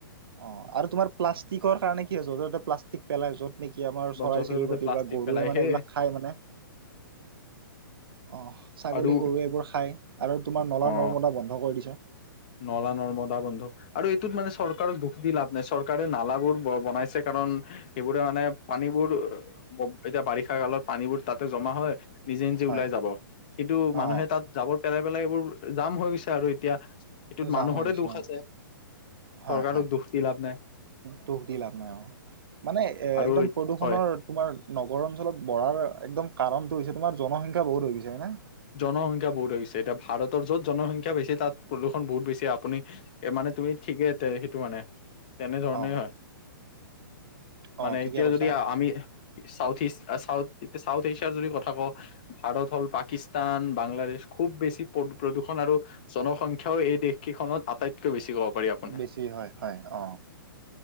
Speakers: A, on the right (about 85°); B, on the left (about 25°).
A: অ, আৰু তোমাৰ প্লাষ্টিকৰ কাৰণে কি হৈছে! যত প্লাষ্টিক পেলাই যত নেকি কি আমাৰ
B: বা
A: চৰাই-চিৰিকটি
B: য'তে ত'তে প্লাষ্টিক
A: বা গৰুৱে
B: পেলাই
A: মানে
B: সেই
A: এইবিলাক খায় মানে। অঁ, ছাগলী
B: আৰু
A: গৰু এইবোৰ খাই আৰু তোমাৰ নলা-নৰ্মদা
B: অ
A: বন্ধ কৰি দিছে।
B: নলা- নৰ্মদা বন্ধ, আৰু এইটোত মানে চৰকাৰক দুখ দি লাভ নাই, চৰকাৰে নালাবোৰ বনাইছে কাৰণ সেইবোৰে মানে, পানীবোৰ এতিয়া বাৰিষা কালত পানীবোৰ তাতে জমা হয়। নিজে নিজে
A: হয়
B: ওলাই যাব। কিন্তু মানুহে
A: অ
B: তাত জাৱৰ পেলাই পেলাই এইবোৰ জাম হৈ গৈছে, আৰু এতিয়া এইটোত
A: জাম
B: মানুহৰে
A: হৈ গৈছে
B: দুখ
A: অ
B: আছে।
A: হয়,
B: চৰকাৰক
A: হয়,
B: দুখ দি লাভ নাই
A: দুখ দি লভ নাই অ! মানে এ
B: আৰু
A: একদম প্ৰদূষণৰ
B: হয়
A: তোমাৰ, নগৰ অঞ্চলত বঢ়াৰ একদম কাৰণটো হৈছে তোমাৰ জনসংখ্যা বহুত হৈ গৈছে হয় না!
B: জনসংখ্যা বহুত হৈছে, এতিয়া ভাৰতৰ য'ত জনসংখ্যা বেছি তাত প্ৰদূষণ বহুত বেছি। আপুনি এ মানে তুমি ঠিকে সেইটো মানে তেনেধৰণেই
A: অ
B: হয়।
A: অ
B: মানে,
A: ঠিকে
B: এতিয়া
A: কৈছা
B: যদি আমি চাউথ ইষ্ট, চাউথ চাউথ এছিয়াৰ যদি কথা কওঁ ভাৰত হ'ল পাকিস স্তান, বাংলাদেশ খুব বেছি প্ৰদূষণ আৰু জনসংখ্যাও এই দেশকেইখনত আটাইতকৈ বেছি ক'ব পাৰি। আপোনাৰ
A: বেছি হয়, হয় অ!